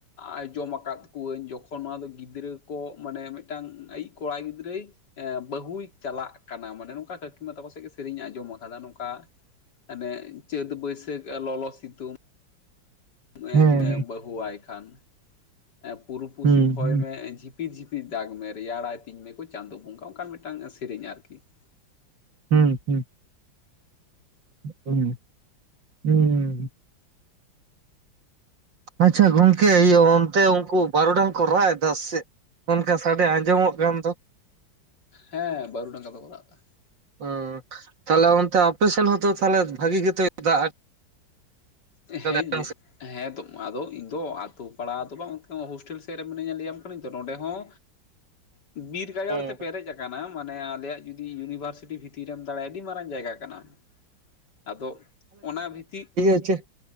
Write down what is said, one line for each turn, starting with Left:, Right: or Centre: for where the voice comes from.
Left: ᱟᱸᱡᱚᱢ ᱟᱠᱟᱫ ᱠᱩᱣᱟᱹᱧ ᱡᱚᱠᱷᱚᱱ ᱱᱚᱣᱟ ᱫᱚ ᱜᱤᱫᱽᱨᱟᱹ ᱠᱚ ᱢᱟᱱᱮ ᱢᱤᱫ ᱴᱟᱝ ᱟᱭᱤᱡ ᱠᱚᱲᱟ ᱜᱤᱫᱽᱨᱟᱹᱭ ᱮ ᱵᱟᱹᱦᱩᱭ ᱪᱟᱞᱟᱜ ᱠᱟᱱᱟ ᱢᱟᱱᱮ ᱱᱚᱝᱠᱟ ᱠᱟᱹᱠᱤ ᱢᱟ ᱛᱟᱠᱚ ᱥᱮᱡ ᱜᱮ ᱥᱮᱨᱮᱧ ᱟᱸᱡᱚᱢ ᱟᱠᱟᱫᱟ, ᱱᱚᱝᱠᱟ ᱦᱟᱱᱮ ᱪᱟᱹᱛ ᱵᱟᱹᱭᱥᱟᱹᱠᱷ ᱞᱚᱞᱚ ᱥᱤᱛᱩᱝ <inaudible>
Right: ᱦᱮᱸ
Left: ᱵᱟᱹᱦᱩᱣᱟᱭ ᱠᱷᱟᱱ ᱮ ᱯᱩᱨᱩ ᱯᱚᱥᱪᱤᱢ
Right: ᱦᱩᱸ
Left: ᱦᱚᱭ
Right: ᱦᱩᱸ
Left: ᱢᱮ ᱡᱷᱤᱯ ᱯᱤᱨ ᱡᱷᱤᱯᱤᱨ ᱫᱟᱜᱽ ᱢᱮ ᱨᱮᱭᱟᱲᱟᱭ ᱛᱤᱧ ᱢᱮᱠᱚ ᱪᱟᱸᱫᱳ ᱵᱚᱸᱜᱟ ᱚᱝᱠᱟᱱ ᱢᱤᱫᱴᱟᱝ ᱥᱮᱨᱮᱧ ᱟᱨᱠᱤ ᱾
Right: ᱦᱩᱸ ᱦᱩᱸ ᱾ ᱦᱮᱸ, ᱦᱩᱸ ᱾ ᱟᱪᱪᱷᱟ ᱜᱚᱝᱠᱮ ᱤᱭᱟᱹ ᱚᱱᱛᱮ ᱩᱝᱠᱩ ᱵᱟᱨᱚᱰᱟᱝ ᱠᱚ ᱨᱟᱜ ᱮᱫᱟ ᱥᱮᱜ? ᱚᱱᱠᱟ ᱥᱟᱰᱮ ᱟᱸᱡᱚᱢᱚᱜ ᱠᱟᱱ ᱫᱚ!
Left: ᱦᱮᱸ ᱵᱟᱨᱩᱰᱟᱝ ᱟᱫᱚ ᱠᱚ ᱨᱟᱜᱫᱟ ᱾
Right: ᱦᱩᱸ, ᱛᱟᱦᱞᱮ ᱚᱱᱛᱮ ᱟᱯᱮᱥᱮᱱ ᱦᱚᱸᱛᱚ ᱛᱟᱦᱚᱞᱮ ᱵᱷᱟᱜᱤ ᱜᱮᱛᱚᱭ ᱫᱟᱜ ᱟᱠᱟᱫᱟᱭ
Left: ᱦᱮᱸᱧ
Right: ᱵᱟᱝ
Left: ᱞᱟᱹᱭᱮᱜ
Right: ᱥᱮ
Left: ᱦᱮᱸ ᱛᱚ ᱟᱫᱚ ᱤᱧᱫᱚ ᱟᱛᱳ ᱯᱟᱲᱟ ᱫᱚ ᱵᱟᱝ ᱜᱚᱝᱠᱮ ᱦᱳᱥᱴᱮᱞ ᱥᱮᱫ ᱨᱮ ᱢᱤᱱᱟᱹᱧᱟ ᱞᱮᱭᱟᱢ ᱠᱟᱹᱱᱟᱹᱧ ᱛᱚ ᱱᱚᱸᱰᱮ ᱦᱚᱸ ᱵᱤᱨ ᱜᱟᱡᱟᱲ
Right: ᱦᱮᱸ
Left: ᱛᱮ ᱯᱮᱨᱮᱡ ᱠᱟᱱᱟ ᱢᱟᱱᱮ ᱟᱞᱮᱭᱟᱜ ᱡᱩᱫᱤ ᱤᱭᱩᱱᱤᱵᱷᱟᱨᱥᱤᱴᱤ ᱵᱷᱤᱛᱤᱨ ᱨᱮᱢ ᱫᱟᱲᱮᱭᱟᱜᱟ ᱟᱹᱰᱤ ᱢᱟᱨᱟᱝ ᱡᱟᱭᱜᱟ ᱠᱟᱱᱟ ᱾ ᱟᱫᱚ ᱚᱱᱟ ᱵᱷᱤᱛᱤ
Right: ᱪᱮ